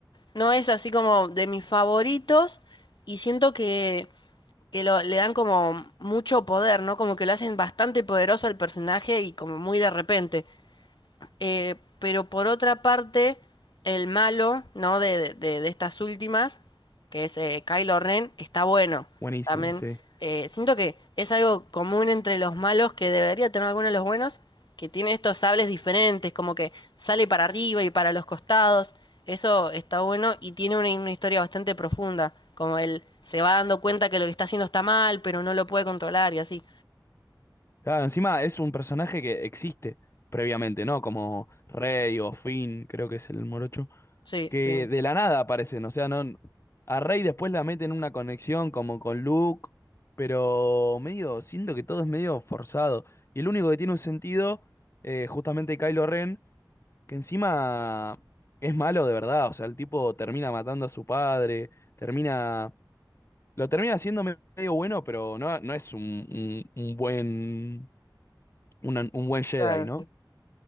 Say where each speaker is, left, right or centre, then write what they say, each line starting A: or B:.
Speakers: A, on the left; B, on the left.
A: no es así como de mis favoritos y siento que que lo, le dan como mucho poder, ¿no? Como que lo hacen bastante poderoso al personaje y como muy de repente. Eh, pero por otra parte, el malo, ¿no? De, de- de estas últimas, que es eh, Kylo Ren, está bueno.
B: Buenísimo,
A: También
B: sí.
A: eh, siento que es algo común entre los malos que debería tener algunos de los buenos, que tiene estos sables diferentes, como que sale para arriba y para los costados. Eso está bueno y tiene una, una historia bastante profunda, como él se va dando cuenta que lo que está haciendo está mal, pero no lo puede controlar y así.
B: Claro, encima es un personaje que existe previamente, ¿no? Como Rey o Finn, creo que es el morocho.
A: Sí,
B: Que
A: fin.
B: de la nada aparecen, o sea, no. A Rey después la meten en una conexión como con Luke. Pero medio, siento que todo es medio forzado. Y el único que tiene un sentido, eh, justamente Kylo Ren. que encima es malo de verdad, o sea, el tipo termina matando a su padre, termina, lo termina haciendo me- medio bueno, pero no, no es un, un, un buen, una- un buen Jedi,
A: Claro,
B: ¿no?
A: sí.